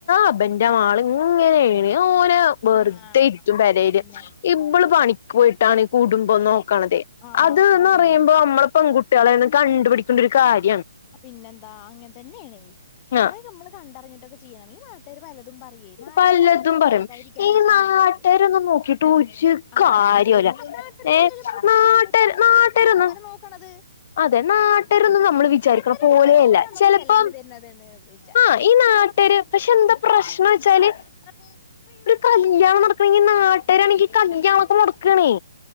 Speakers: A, on the left; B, on the left.
A: അബന്റെ മാള് ഇങ്ങനെണ് ഓനെ വെറുതെ
B: ആഹ്
A: ഇരുത്തും പരയില്
B: അതന്നെ
A: ഇബള് പണിക്ക പോയിട്ടാണ് കുടുംബം നോ
B: ആഹ്
A: അത് എന്ന്
B: അതന്നെ
A: പറയുമ്പോ നമ്മള് പെൺകുട്ടി കുട്ടിളേന്ന് കണ്ടപടിക്കേണ്ട ഒരു കാര്യം
B: പിന്നെന്താ അങ്ങനെ തന്നെണ് കൊറെേ
A: ആ
B: നമ്മള് കണ്ടറിഞ്ഞിട്ട ചെയ്യണം ഈ നാട്ടാര് തും പറയേ നാട്ടുകാരതന്നപ്പോ
A: പലതും പറയും
B: കേൾകാതിരിക്കാരിക്ക
A: ഈ നാട്ടാരൊന്നും
B: നല്ലത്
A: നോക്കിട്ട് ഒരു
B: ആ
A: കാര്യല്ല
B: നാട്ടുകാരിപ്പം നാട്ടുകാരോന്നുവല്ലല്ലോ
A: ഏ
B: നമ്മുക്ക്
A: നാട്ട
B: ചെലവിന് തരുന്നത് പിന്നെഎന്തിനാ
A: നാട്ടാരൊന്നും
B: നമ്മളോരെ നോക്കണത്.
A: അതെ നാട്ടരൊന്നും നമ്മ വിചാരിക്കണ
B: ഒരു
A: പോലെയല്ല
B: വിചാരം ഓര് നമ്മക്ക്
A: ചെലപ്പം
B: ചെലവിന് തരുന്നതാണ് വിചാരം
A: ആ ഈ നാട്ടര് പക്ഷെ എന്താ പ്രശ്നവെച്ചാല്
B: ആ
A: കല്യാണം നടക്കണെങ്കി നാട്ടുകാരാണെങ്കി കല്യാണൊക്കെ മുടക്കാണേ